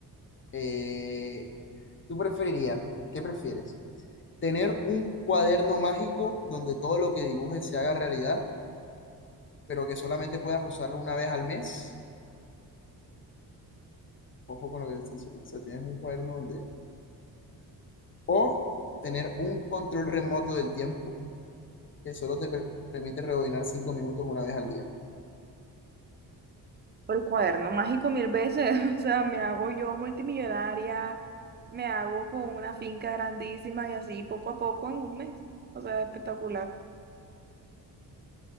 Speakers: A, on the left (about 30°); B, on the right (about 25°).
A: Eh, ¿tú preferirías, qué prefieres? ¿Tener un cuaderno mágico donde todo lo que dibujes se haga realidad, pero que solamente puedas usarlo una vez al mes? Ojo con lo que te estoy diciendo, o sea, tienes un cuaderno donde... O tener un control remoto del tiempo que solo te per- permite rebobinar cinco minutos una vez al día.
B: Por el cuaderno mágico mil veces, <laughs> o sea, me hago yo multimillonaria, me hago con una finca grandísima y así poco a poco en un mes, o sea, espectacular.